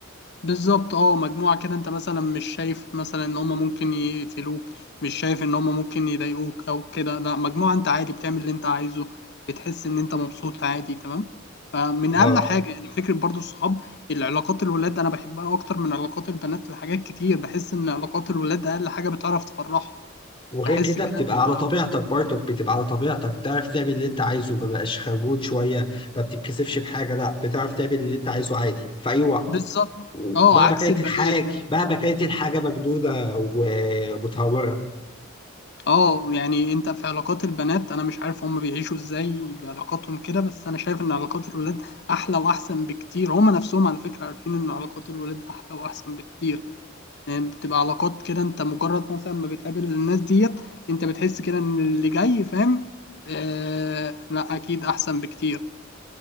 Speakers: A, on the left (about 55°); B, on the left (about 25°).
A: بالظبط أه مجموعة كده أنت مثلا مش شايف مثلا إن هما ممكن يقفلوك مش شايف إن هما ممكن يضايقوك أو كده لا مجموعة أنت عادي بتعمل اللي أنت عايزه بتحس إن أنت مبسوط عادي تمام فمن
B: اه
A: أقل حاجة يعني فكرة برضو الصحاب العلاقات الولاد أنا بحبها أكتر من علاقات البنات لحاجات كتير بحس إن علاقات الولاد أقل حاجة بتعرف تفرحها
B: وغير
A: بحس
B: كده
A: كده
B: بتبقى
A: ان هي
B: على طبيعتك برضك بتبقى على طبيعتك تعرف تعمل اللي انت عايزه ما بقاش خجول شويه ما بتتكسفش بحاجه لا بتعرف تعمل اللي انت عايزه عادي في اي وقت
A: بالظبط اه
B: مهما
A: عكس
B: كانت
A: البنات
B: الحاجه
A: يعني
B: مهما كانت الحاجه مجنونه ومتهوره
A: اه يعني انت في علاقات البنات انا مش عارف هم بيعيشوا ازاي بعلاقاتهم كده بس انا شايف ان علاقات الولاد احلى واحسن بكتير هم نفسهم على فكرة عارفين ان علاقات الولاد احلى واحسن بكتير يعني بتبقى علاقات كده انت مجرد مثلا ما بتقابل الناس ديت انت بتحس كده ان اللي جاي فاهم آه لا اكيد احسن بكتير